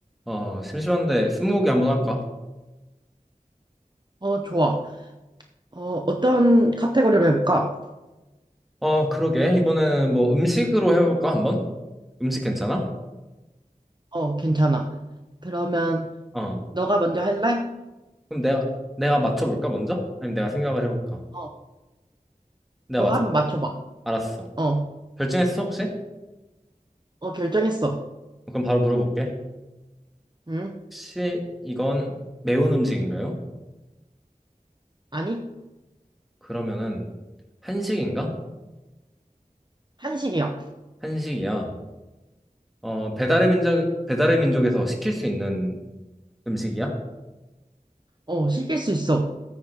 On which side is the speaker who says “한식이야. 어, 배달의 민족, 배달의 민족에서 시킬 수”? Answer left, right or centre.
Centre